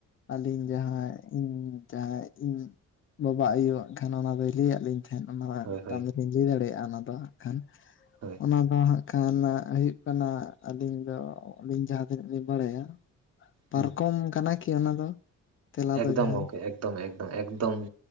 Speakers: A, on the left (about 45°); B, on the right (about 55°).
A: ᱟᱹᱞᱤᱧ ᱡᱟᱦᱟᱸᱭ ᱤᱧ ᱡᱟᱦᱟᱸᱭ ᱤᱧᱤᱜ ᱵᱟᱵᱟ ᱟᱭᱳᱣᱟᱜ ᱠᱷᱟᱱ ᱚᱱᱟ ᱫᱚᱭ ᱞᱟᱹᱭᱟ ᱞᱤᱧ ᱛᱟᱦᱮᱸᱫ ᱚᱱᱟ ᱨᱮ ᱟᱨ
B: ᱦᱳᱭ
A: ᱢᱤᱴᱟᱱ
B: ᱦᱳᱭ
A: ᱫᱚᱞᱤᱧ ᱞᱟᱹᱭ ᱫᱟᱲᱮᱭᱟᱜᱼᱟ ᱚᱱᱟ ᱫᱚ ᱦᱟᱸᱜ ᱠᱷᱟᱱ
B: ᱦᱳᱭ
A: ᱚᱱᱟ ᱫᱚ ᱦᱟᱸᱜ ᱠᱷᱟᱱ ᱦᱩᱭᱩᱜ ᱠᱟᱱᱟ ᱟᱹᱞᱤᱧ ᱫᱚ ᱟᱹᱞᱤᱧ ᱡᱟᱦᱟᱸ ᱛᱤᱱᱟᱹᱜ ᱞᱤᱧ ᱵᱟᱲᱟᱭᱟ ᱯᱟᱨᱠᱚᱢ
B: ᱦᱮᱸ
A: ᱠᱟᱱᱟ ᱠᱤ ᱚᱱᱟ ᱫᱚ ᱛᱮᱞᱟ
B: ᱮᱠᱫᱚᱢ
A: ᱫᱚ ᱡᱟᱦᱟᱸ
B: ᱜᱚᱝᱠᱮ ᱮᱠᱫᱚᱢ ᱮᱠᱫᱚᱢ ᱮᱠᱫᱚᱢ